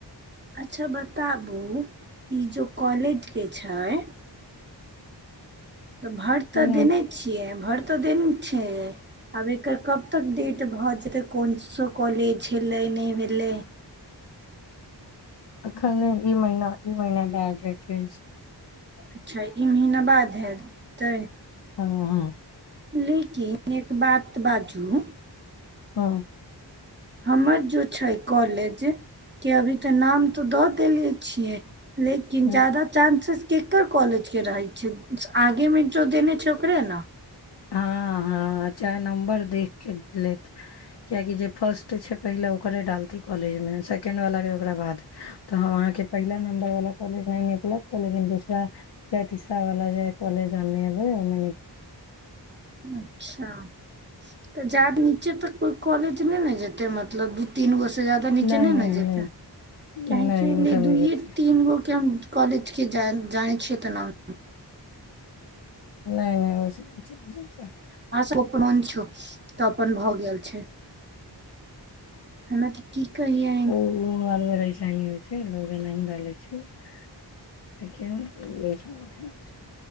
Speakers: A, on the right; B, on the left.
A: अच्छा बताबु ई जे कॉलेज के छै? त भर त
B: ह
A: देने छियै, भर त देने छै। आब एकर कब तक डेट भ जेतै। कोन सा कॉलेज भेलै नै भेलै।
B: अखन नै ई महीना, ई महीना बाद हेतै ई
A: अच्छा ई महीना बाद हेतै।
B: हँ
A: लेकिन एक बात बाजू
B: हँ।
A: हमर जे छै कॉलेज, के अभी त नाम त द देले छियै। लेकिन
B: हँ
A: जादा चांसेज केकर कॉलेज के रहै छै? आगे मे जं देने छै ओ ओकरे न
B: हँ हँ चाहे नम्बर देख के लेत। किएकि जे फर्स्ट छै पहिले ओकरे डालतै कॉलेज में, सेकेंड बलाके ओकरा बाद। त हॅं अहाँ के पहिला नंबर बला कॉलेज नै निकलत त लेकिन दूसरा चाहे तीसरा बला जे काॅलेज देने हेबै ओइमे निक
A: अच्छा त <inaudible> जाब नीचे तक कोइ कॉलेज नै ने जेतै मतलब दू तीन गो से जादा नीचे
B: नहि
A: नै
B: नहि
A: ने
B: नहि
A: जेतै। <inaudible> काहेकि
B: नहि ओ सब
A: दूइये
B: नहि जेतै
A: तीन गो के हम कॉलेज के जान, जानै छियै त नाम
B: नै नै, ओइ से नीचे नै जेतै।
A: अहाॅं सब अपन छी त अपन भ गेल छै। <unintelligible> की कहियै?
B: ओ हमेशा ही होइ छै, लोक एनाही डालै छै <inaudible> लेकिन <unintelligible>